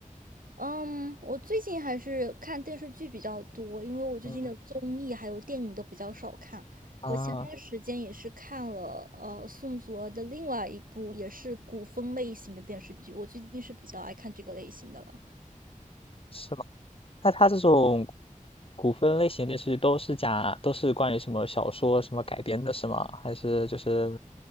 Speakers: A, on the right; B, on the left.
A: 嗯，我最近还是看电视剧比较多，因为我最近的综艺还有电影都比较少看。
B: 嗯啊，
A: 我前段时间也是看了呃宋祖儿的另外一部也是古风类型的电视剧，我最近是比较爱看这个类型的了。
B: 是那它这种古风类型电视剧都是讲都是关于什么小说什么改编的，是吗？还是就是